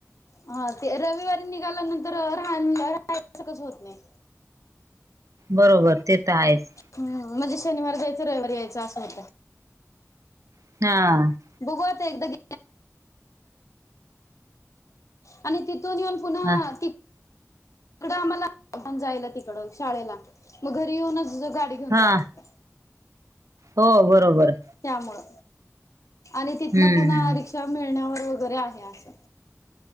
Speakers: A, on the left (about 70°); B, on the right (about 70°).
A: हा ते रविवारी निघाल्यानंतर राह <unintelligible> कसं होत नाही
B: बरोबर, ते त आहेच.
A: ह म्हणजे शनिवार जायचं, रविवारी यायचं असं होत.
B: ज्ञा
A: बघू आता एकदा कि आणि तिथून येऊन पुन्हा
B: हा
A: ती तिकडं आम्हांला जायला तिकडं शाळेला मग घरी येऊनच गाडी घेऊन
B: हा,
A: जावं लागतं
B: हो बरोबर.
A: त्यामुळं आणि तिथनं
B: हम्म
A: पुन्हा
B: हम्म
A: रिक्षा मिळण्यावर वगैरे आहे असं.